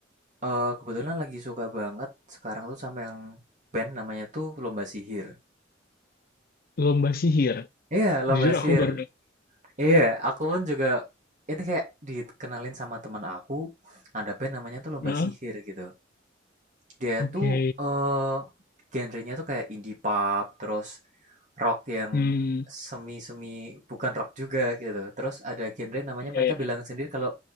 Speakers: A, on the right; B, on the left.
A: eh, kebetulan lagi suka banget sekarang tuh sama yang band namanya tuh Lomba Sihir.
B: lomba sihir.
A: Iya, Lomba
B: Jujur
A: Sihir.
B: aku baru dengar.
A: Iya, aku pun juga itu kayak dikenalin sama teman aku, ada band namanya tuh Lomba
B: Hah?
A: Sihir gitu. Dia
B: Oke.
A: tuh eh genrenya tuh kayak indie pop, terus rock yang
B: Hmm,
A: semi-semi bukan rock juga gitu. Terus ada genre namanya
B: iya,
A: mereka
B: iya.
A: bilang sendiri kalau